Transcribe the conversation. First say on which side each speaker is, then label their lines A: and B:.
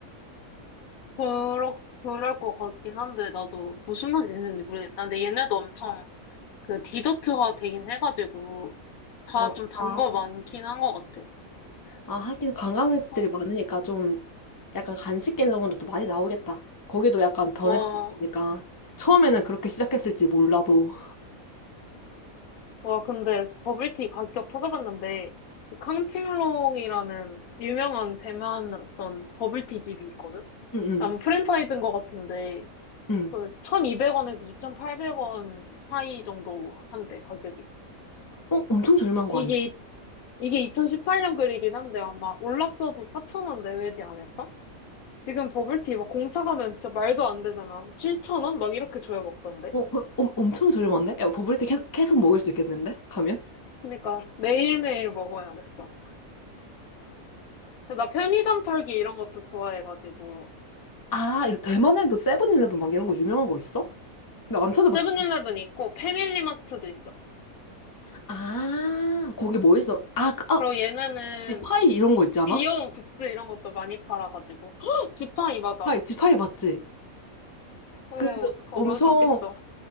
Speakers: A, on the left; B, on the left.
A: 그럴, 그럴 것 같긴 한데, 나도 무슨 맛이 있는지 모르겠다. 근데 얘네도 엄청 그 디저트화 되긴 해가지고, 다
B: 맞-
A: 좀 단
B: 다
A: 거 많긴 한 것 같아.
B: 아, 하긴 관광객들이
A: 아,
B: 많으니까 좀 약간 간식 개념으로 또 많이 나오겠다. 거기도 약간 변했으니까.
A: 와,
B: 처음에는 그렇게 시작했을지 몰라도.
A: 와, 근데 버블티 가격 찾아봤는데, 그 캉칭롱이라는 유명한 대만 어떤 버블티 집이 있거든?
B: 응, 응,
A: 아마 프랜차이즈인 것 같은데,
B: 응.
A: 그 1200원에서 2800원 사이 정도 한대, 가격이.
B: 어, 엄청 저렴한 거
A: 이게,
B: 아니야?
A: 이게 2018년 글이긴 한데, 아마 올랐어도 4000원 내외지 않을까? 지금 버블티 막 공차 가면 진짜 말도 안 되잖아. 7000원? 막 이렇게 줘야 먹던데?
B: 어, 그, 엄 엄청 저렴한데? 야, 버블티 계- 계속 먹을 수 있겠는데? 가면?
A: 그러니까 매일매일 먹어야겠어. 나 편의점 털기 이런 것도 좋아해가지고
B: 아, 이거 대만에도 세븐일레븐 막 이런 거 유명한 거 있어? 나 안 찾아봤어.
A: 세븐일레븐 있고 패밀리마트도 있어.
B: 아, 거기 뭐 있어? 아, 그- 아,
A: 그리고 얘네는
B: 지파이 이런 거 있잖아?
A: 귀여운 굿즈 이런 것도 많이 팔아가지고 <gasps> 헉! 지팡이 맞아.
B: 파이, 지파이 맞지?
A: 어,
B: 그
A: 어
B: 엄청,
A: 맛있겠다.